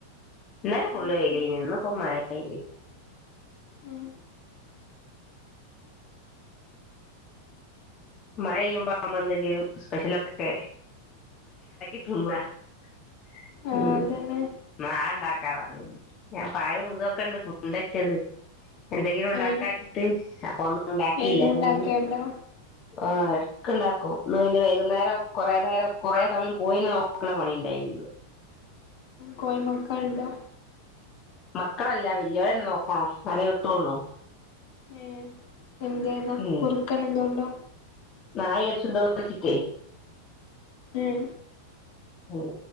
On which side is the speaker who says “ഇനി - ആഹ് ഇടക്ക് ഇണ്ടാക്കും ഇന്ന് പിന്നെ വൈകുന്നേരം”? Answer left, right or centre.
Left